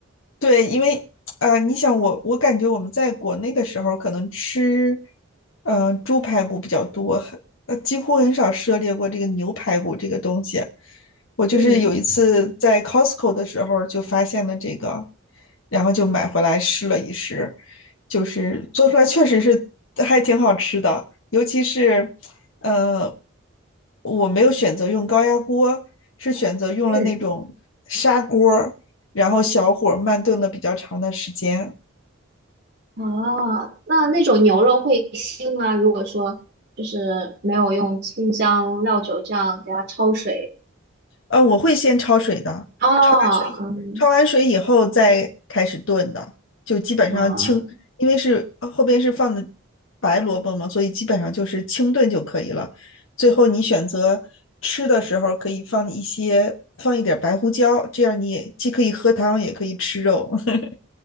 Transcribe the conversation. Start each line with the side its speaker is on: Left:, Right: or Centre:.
Left: 对，因为呃，你想我，我感觉我们在国内的时候，可能吃呃猪排骨比较多，很呃几乎很少涉猎过这个牛排骨这个东西。我就是有一次在
Right: 嗯。
Left: Costco 的时候就发现了这个，然后就买回来试了一试，就是做出来确实是还挺好吃的，尤其是呃，我没有选择用高压锅，是选择用了那种砂锅。
Right: 嗯，
Left: 然后小火慢炖了比较长的时间。
Right: 哦，那那种牛肉会腥吗？如果说就是没有用葱姜料酒这样给它焯水，
Left: 呃，我会先焯水的，
Right: 哦，
Left: 焯完水以，
Right: 嗯，
Left: 焯完水以后再开始炖的，就基本上清，
Right: 啊、
Left: 因为是呃后边是放的白萝卜嘛，所以基本上就是清炖就可以了。最后你选择吃的时候可以放一些，放一点白胡椒，这样你也既可以喝汤，也可以吃肉。<laughs>